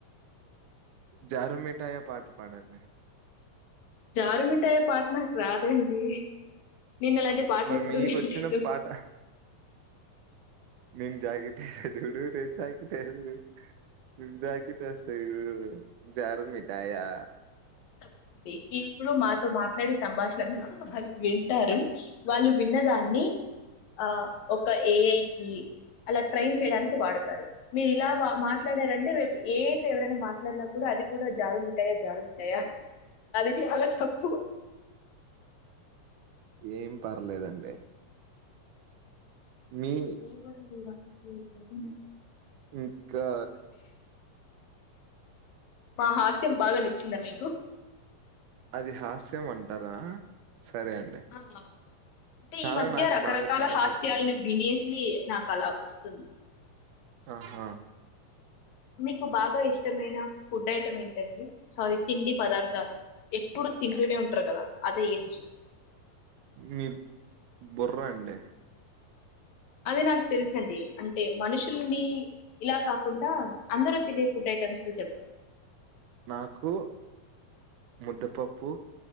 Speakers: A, on the right; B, on the left.
A: జారుమిఠాయా పాట పాడండి
B: జారుమిఠాయ పాట్నకు రాదండి నేను అలాంటి పాటలు
A: మరి
B: ఎప్పుడు
A: మీకొచ్చిన
B: వినలేదు
A: పాట నేన్ జాకెటస్తా చూడు నేన్ జాకెటస్తా జాకెట్ ఇస్తాచుడు జారుూ మిఠాయా
B: తప్పండి మీ ఇప్పుడు మా మాట్లాడే సంభాషణ వాళ్ళు వింటారు వాళ్ళు విన్నదాన్ని ఆ ఒక ఏఐకి అలా ట్రైన్ చేయడానికి వాడతారు మీరు ఇలా మాట్లాడారంటే రేపు ఏ అయితే ఎవరైనా మాట్లాడినా కూడా అది కూడా జారు మిఠాయ జారు మిఠాయ అంటుంది అది చాలా తప్పు
A: ఏం పర్లేదండి మీ
B: ఏం గొడవలు లేవా <unintelligible>
A: ఇంకా
B: మా హాస్యం బాగా నచ్చిందా మీకు
A: అది హాస్యం అంటారా సరే అండి
B: ఆహా అంటే
A: చాలా
B: ఈ మధ్య
A: నాకు
B: రకరకాల
A: బాగా చాలా
B: హాస్యాలను
A: నచ్చింది
B: వినేసి నాకు అలా వస్తుంది
A: ఆహా
B: మీకు బాగా ఇష్టమైన ఫుడ్ ఐటమ్ ఏంటండి సారీ తిండి పదార్థాలు ఎప్పుడు తింటూనే ఉంటారు కదా అదే ఏది ఇష్టం
A: మీ బుర్రా అండీ
B: అది నాకు తెలుసండి అంటే మనుషుల్ని ఇలా కాకుండా అందరు తినే ఫుడ్ ఐటమ్ ని చెప్పండి
A: నాకు ముద్దపప్పు